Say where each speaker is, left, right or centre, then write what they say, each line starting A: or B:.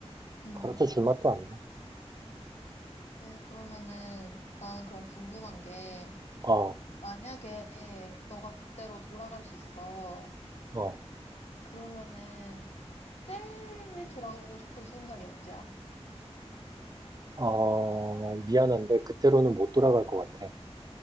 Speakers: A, on the left; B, on the right.
A: 음,
B: 가르쳐 줄 맛도 안 나.
A: 그래 그러면은 나는 그럼 궁금한 게
B: 어,
A: 만약에 너가 그때로 돌아갈 수 있어.
B: 어,
A: 그러면은 제일 돌아가고 싶은 순간이 언제야?
B: 어, 미안한데 그때로는 못 돌아갈 것 같아.